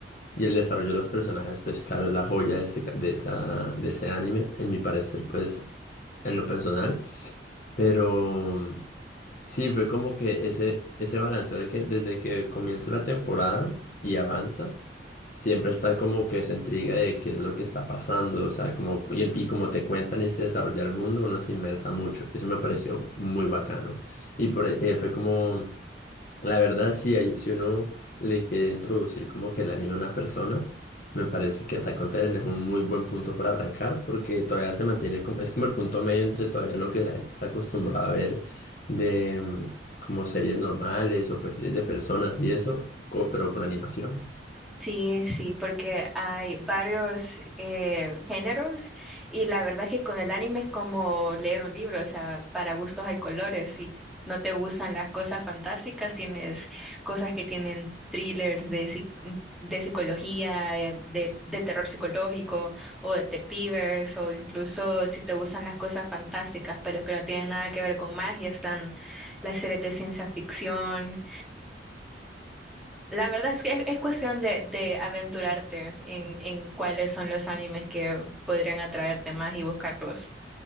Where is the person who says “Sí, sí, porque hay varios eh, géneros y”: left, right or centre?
Centre